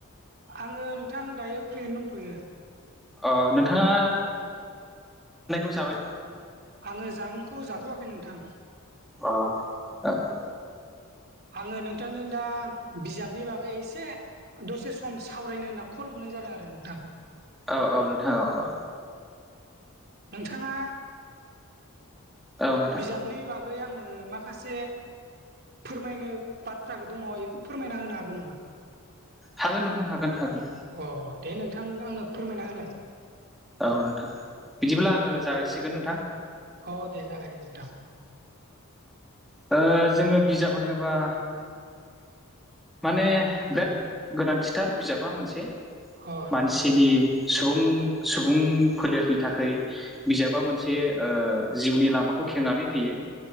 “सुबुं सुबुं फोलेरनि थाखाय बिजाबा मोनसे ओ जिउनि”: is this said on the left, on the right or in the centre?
Centre